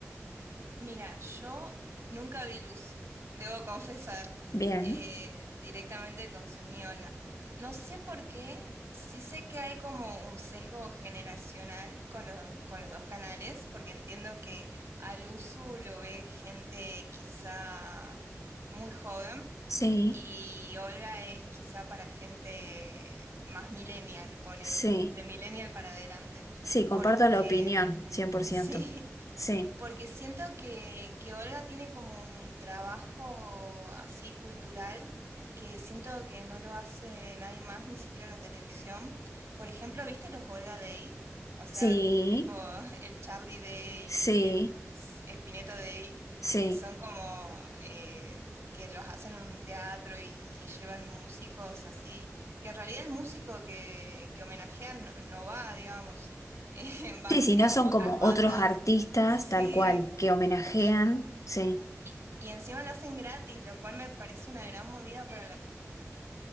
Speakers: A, on the right (about 60°); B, on the left (about 80°).
A: Mira, yo nunca vi Luzu, debo confesar.
B: Bien,
A: eh, directamente consumí Olga. No sé por qué, sí sé que hay como un sesgo generacional con los, con los dos canales, porque entiendo que a Luzu lo ve gente quizá muy joven
B: sí,
A: y Olga es quizá para gente más millennial, ponele,
B: sí,
A: de millennial para adelante,
B: sí, comparto
A: porque
B: la opinión, cien
A: <laughs>
B: por ciento
A: sí
B: Sí,
A: porque siento que, que Olga tiene como un trabajo así cultural que siento que no lo hace nadie más, ni siquiera la televisión. Por ejemplo, ¿viste los Olga Day? O sea,
B: sí.
A: tipo <laughs> el Charlie Day,
B: Sí,
A: el S- Spinetta Day,
B: sí.
A: que son como eh, que los hacen en un teatro y, y llevan músicos así, que en realidad el músico que, que homenajean no, no va, digamos, <laughs> eh, va
B: Sí,
A: g-
B: si no son
A: otras
B: como
A: bandas
B: otros artistas
A: Sí,
B: tal cual que homenajean,
A: y,
B: sí.
A: y- y encima lo hacen gratis, lo cual me parece una gran movida para la...